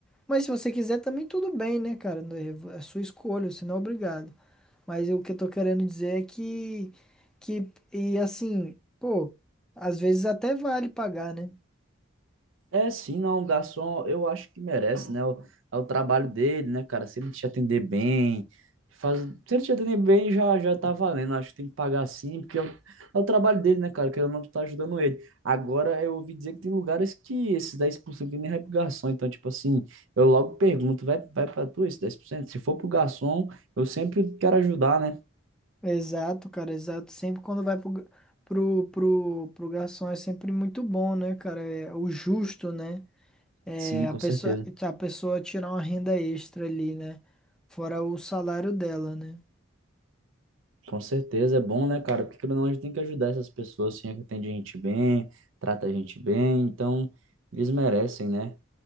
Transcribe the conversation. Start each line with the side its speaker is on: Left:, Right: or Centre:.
Centre: mas se você quiser também tudo bem, né, cara? Não É é sua escolha, você não é obrigado. Mas o que eu tô querendo dizer é que, que e assim, pô, às vezes até vale pagar, né?
Right: É, sim, não, o garçom, eu acho que merece, né? O- É o trabalho dele, né, cara? Se ele te atender bem, faz... se ele te atender bem, já, já tá valendo. Acho que tem que pagar sim, porque é o, é o trabalho dele, né, cara? Que eu não tu tá ajudando ele. Agora, eu ouvi dizer que tem lugares que esses 10% nem vai pro garçom. Então, tipo assim, eu logo pergunto, vai, vai pra tu esse dez por cento Se for pro garçom, eu sempre quero ajudar, né?
Centre: Exato, cara, exato. Sempre quando vai pro, ga- pro, pro, pro garçom é sempre muito bom, né, cara? É o justo, né? É
Right: Sim, com
Centre: a pessoa,
Right: certeza.
Centre: a pessoa tirar uma renda extra ali, né? Fora o salário dela, né?
Right: Com certeza, é bom, né, cara? Porque querendo ou não, a gente tem que ajudar essas pessoas, assim, é que atende a gente bem, trata a gente bem, então eles merecem, né?